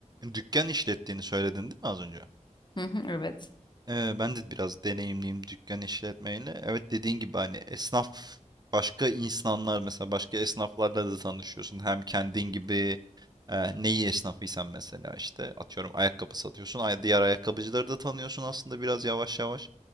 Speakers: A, on the right; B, on the left.
A: Dükkan işlettiğini söyledin değil mi az önce?
B: Hı hı, evet.
A: Eee, ben de biraz deneyimliyim dükkan işletmeyle. Evet, dediğin gibi, hani, esnaf başka insanlar mesela başka esnaflarla da tanışıyorsun. Hem kendin gibi, eee, neyi esnafıysan mesela, işte, atıyorum ayakkabı satıyorsun, ay diğer ayakkabıcıları da tanıyorsun aslında biraz yavaş yavaş.